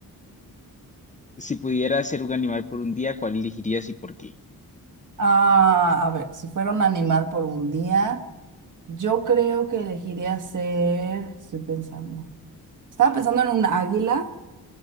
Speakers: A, on the left (about 20°); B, on the right (about 55°).
A: si pudiera ser un animal por un día, ¿cuál elegirías y por qué?
B: Ah, a ver, si fuera un animal por un día, yo creo que elegiría ser, estoy pensando, estaba pensando en un águila,